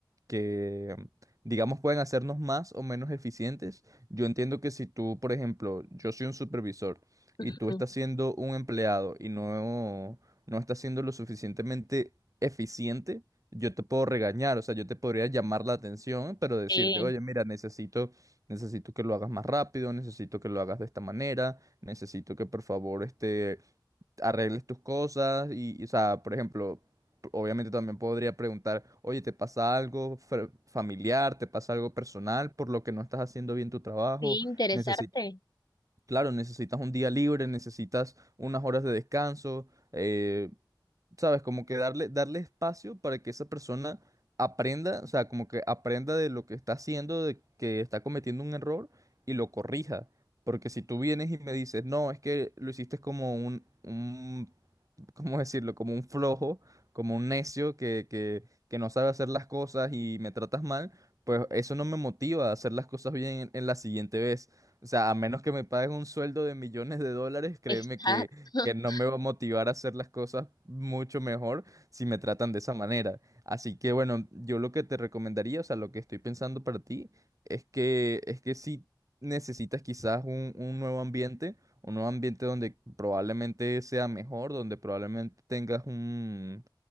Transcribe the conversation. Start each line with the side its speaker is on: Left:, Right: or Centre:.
Right: que, digamos, pueden hacernos más o menos eficientes. Yo entiendo que si tú, por ejemplo, yo soy un supervisor y
Left: ujú,
Right: tú estás siendo un empleado y no, no estás siendo lo suficientemente eficiente, yo te puedo regañar, o sea, yo te podría llamar la atención, pero decirte,
Left: Sí.
Right: oye, mira, necesito, necesito que lo hagas más rápido, necesito que lo hagas de esta manera, necesito que por favor este, arregles tus cosas y, y, o sea, por ejemplo... Obviamente también podría preguntar, oye, ¿te pasa algo fr- familiar? ¿Te pasa algo personal por lo que no estás haciendo bien tu trabajo?
Left: Sí, interesarte.
Right: Necesi- claro, necesitas un día libre, necesitas unas horas de descanso. eh, ¿sabes? Como que darle, darle espacio para que esa persona aprenda, o sea, como que aprenda de lo que está haciendo, de que está cometiendo un error y lo corrija. Porque si tú vienes y me dices, no, es que lo hiciste como un, un ¿cómo decirlo? Como un flojo, como un necio que, que, que no sabe hacer las cosas y me tratas mal, pues eso no me motiva a hacer las cosas bien en, en la siguiente vez. O sea, a menos que me pagues un sueldo de millones de dólares, créeme
Left: Exacto.
Right: que, que no
Left: <laughs>
Right: me va a motivar a hacer las cosas mucho mejor si me tratan de esa manera. Así que bueno, yo lo que te recomendaría, o sea, lo que estoy pensando para ti, es que, es que si necesitas quizás un, un nuevo ambiente, un nuevo ambiente donde probablemente sea mejor, donde probablemente tengas un,